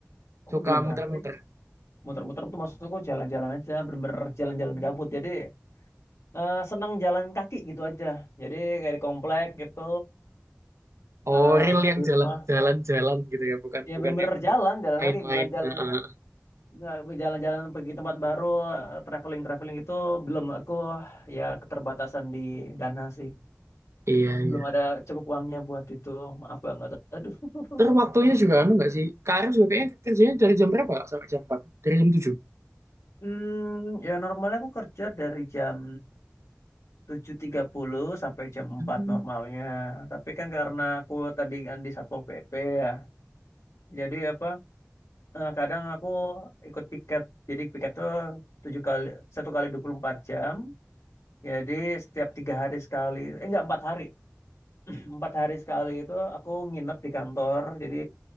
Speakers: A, on the left (about 85°); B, on the right (about 65°).
A: aku
B: Suka
A: belum traveling.
B: muter-muter.
A: Muter-muter tuh maksudku jalan-jalan aja, bener-bener jalan-jalan
B: Hmm.
A: gabut. Jadi eh, seneng jalan kaki gitu aja. Jadi kayak di komplek gitu,
B: Oh,
A: eh,
B: real yang
A: di
B: jalan-jalan-jalan
A: rumah.
B: gitu ya, bukan
A: Ya
B: bukan
A: bener-bener
B: yang
A: jalan, jalan
B: main-main.
A: kaki bukan jalan
B: Heeh.
A: nggak jalan-jalan pergi tempat baru, eh, traveling-traveling itu belum aku ya keterbatasan di dana sih.
B: Iya, iya.
A: Belum ada cukup uangnya buat itu. Maaf banget. Aduh.
B: Terus
A: <laughs>
B: waktunya juga anu nggak sih? Kak Arif juga kayaknya kerjanya dari jam berapa Kak, sampai jam 4? Dari jam tujuh?
A: Hmm, ya normalnya aku kerja dari jam tujuh tiga puluh sampai jam empat
B: Hmm.
A: normalnya. Tapi kan karena aku tadi kan di Satpol PP ya. Jadi apa eh, kadang aku ikut piket. Jadi piket tuh 7 kali satu kali 24 jam. Jadi setiap tiga hari sekali. Eh enggak empat hari. <clears throat> Empat hari sekali itu aku nginep di kantor. Jadi